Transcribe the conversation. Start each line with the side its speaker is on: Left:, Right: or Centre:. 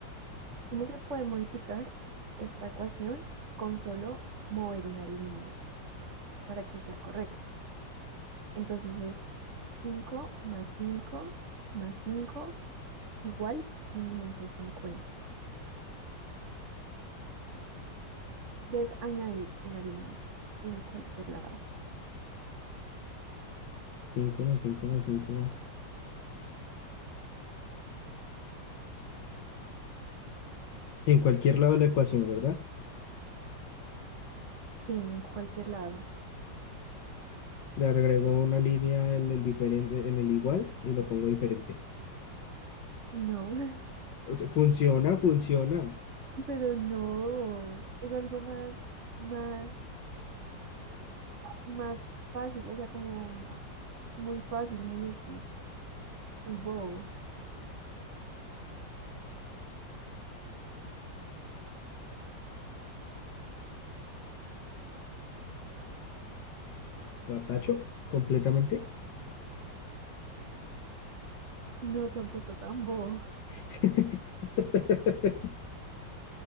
Right: ¿Cómo se puede modificar esta ecuación con solo mover una línea para que sea correcta? Entonces es 5 más 5 más 5 igual 550. Debes añadir una línea en cualquier lado.
Left: cinco más cinco más 5 más. en cualquier lado de la ecuación, ¿verdad?
Right: Sí, en cualquier lado.
Left: Le agrego una línea en el diferente, en el igual y lo pongo diferente.
Right: No, <laughs>
Left: O sea, funciona, funciona.
Right: pero no, es algo más, más, más fácil, o sea, como muy fácil, muy X, muy bobo.
Left: La tacho completamente.
Right: No, tampoco tan bobo.
Left: <laughs>